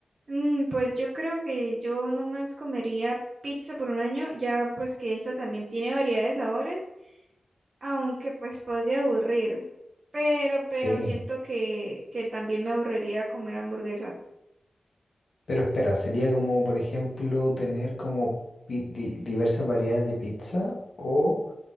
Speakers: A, on the right; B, on the left.
A: Mm, pues yo creo que yo nomás comería pizza por un año, ya pues que esa también tiene variedad de sabores, aunque pues podría aburrir, pero, pero
B: Sí.
A: siento que, que también me aburriría comer hamburguesas.
B: Pero espera, sería como, por ejemplo, tener como pi- di- diversas variedades de pizza o